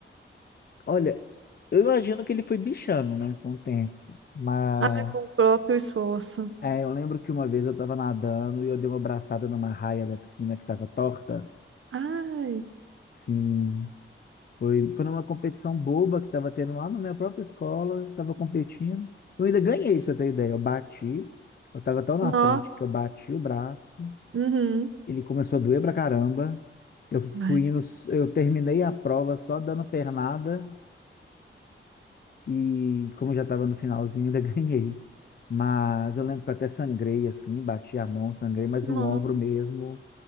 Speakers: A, on the left; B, on the right.
A: olha, eu imagino que ele foi bichando, né? Com o tempo. Mas,
B: Ah, com o próprio esforço.
A: é, eu lembro que uma vez eu estava nadando e eu dei uma braçada numa raia da piscina que estava torta.
B: Ai,
A: Sim. Foi, foi numa competição boba que estava tendo lá na minha própria escola, estava competindo. Eu ainda ganhei, pra você ter ideia. Eu bati, eu estava tão na
B: nó.
A: frente que eu bati o braço,
B: Uhum.
A: ele começou a doer pra caramba. Eu fui
B: Ai,
A: indo, eu terminei a prova só dando pernada e, como eu já estava no finalzinho, ainda <laughs> ganhei. Mas eu lembro que eu até sangrei assim, bati a mão, sangrei, mas
B: nó.
A: o ombro mesmo,